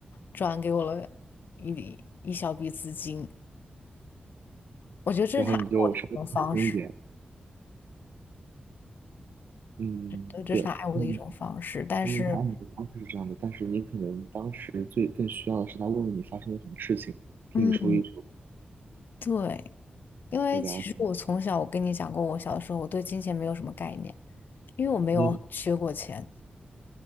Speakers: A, on the left; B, on the right.
A: 转给我了一一小笔资金。我觉得这是他爱我的一种方式，
B: 然后你就稍微开心一点，嗯，
A: 对，这是他爱我的一种方式。
B: 对，嗯，
A: 但是，
B: 说明他爱你的方式是这样的，但是你可能当时最更需要的是他问问你发生了什么事情，听你说一说，
A: 嗯，对，因为其实我从小，
B: 我了解，
A: 我跟你讲过，我小的时候我对金钱没有什么概念，因为我没有缺过钱，
B: 嗯，